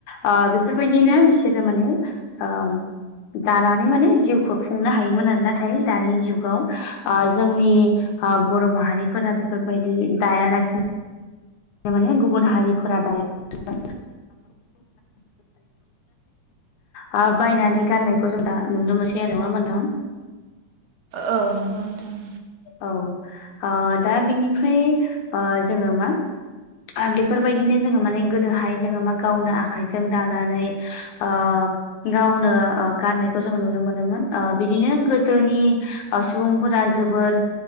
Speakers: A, on the left; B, on the right.
A: ओ बेफोरबायदिनो बिसोरो माने ओ दानानै माने जिउखौ खुंनो हायोमोन आरो नाथाय दानि जुगाव ओ जोंनि ओ बर' माहारिफोरा बेफोरबायदि दायालासि नो माने गुबुन हारिफोरा <unintelligible> हा बायनानै गाननायखौ जों दा नुनो मोनसै आरो नङा होमबा नोंथां?
B: ओ नंगौ नोंथां।
A: औ ओ दा बिनिफ्राय ओ जोङो मा आ बेफोरबायदिनो जोङो माने गोदोहाय जोङो मा गावनो आखाइजों दानानै ओ गावनो ओ गाननायखौ जों नुनो मोनोमोन ओ बिदिनो गोदोनि ओ सुबुंफोरा जोबोद